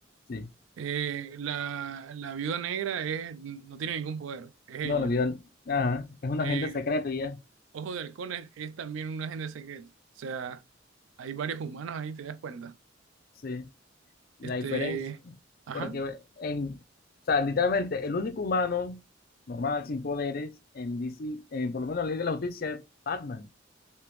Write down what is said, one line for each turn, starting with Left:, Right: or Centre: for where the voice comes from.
Left: sí.
Right: Eh, la, la Viuda Negra es, no tiene ningún poder, es ella.
Left: No, lo vio. Ajá. Es un
Right: Eh,
Left: agente secreto y ya.
Right: Ojo de Halcón es, es también un agente secreto. O sea, hay varios humanos ahí, te das cuenta.
Left: Sí. Y
Right: Este,
Left: la diferencia.
Right: ajá,
Left: Porque en, o sea, literalmente, el único humano normal, sin poderes, en DC, eh, por lo menos en la Liga de la Justicia, es Batman.